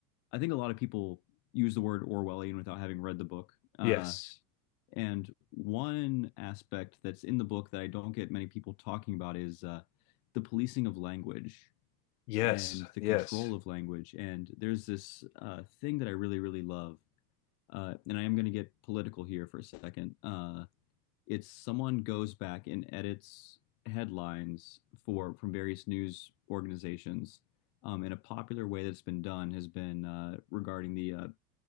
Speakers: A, on the left; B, on the left.
A: I think a lot of people use the word Orwellian without having read the book. Uh,
B: Yes.
A: and one aspect that's in the book that I don't get many people talking about is uh, the policing of language
B: Yes.
A: and the
B: Yes.
A: control of language. And there's this uh, thing that I really, really love. Uh, and I am going to get political here for a second. Uh, it's someone goes back and edits headlines for from various news organizations. Um, and a popular way that's been done has been uh, regarding the uh,